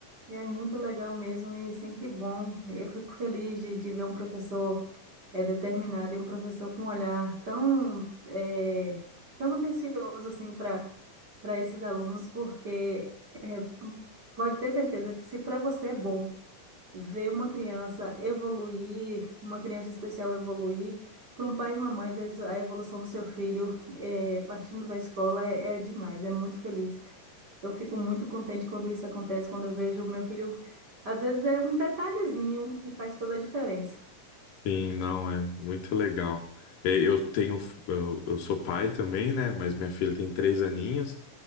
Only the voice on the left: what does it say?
Sim, não, é muito legal. É, Eu tenho, eu, eu sou pai também, né? Mas minha filha tem três aninhos